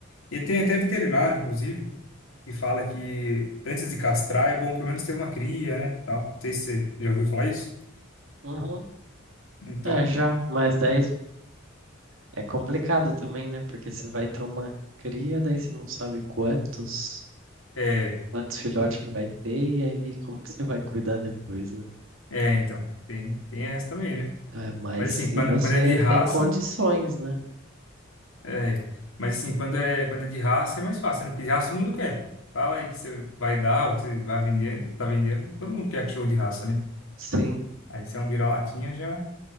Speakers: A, on the left; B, on the right.
A: E tem até veterinário, inclusive, que fala que antes de castrar é bom pelo menos ter uma cria, né? Tal. Não sei se você já ouviu falar isso.
B: Uhum.
A: Então,
B: É, já, mais 10 É complicado também, né? Porque você vai ter uma cria, daí você não sabe quantos,
A: é,
B: quantos filhotes que vai ter, e aí como que você vai cuidar depois, né?
A: é, então, tem, tem essa também, né?
B: Tá, mas
A: Mas assim,
B: se
A: quando,
B: você
A: quando é de raça,
B: tem condições, né?
A: é, mas assim, quando é, quando é de raça é mais fácil, né? Porque de raça todo mundo quer. Fala aí que você vai dar, o que você vai vender, tá vendendo, todo mundo quer cachorro de raça, né?
B: Sim,
A: Aí se é um vira-latinha já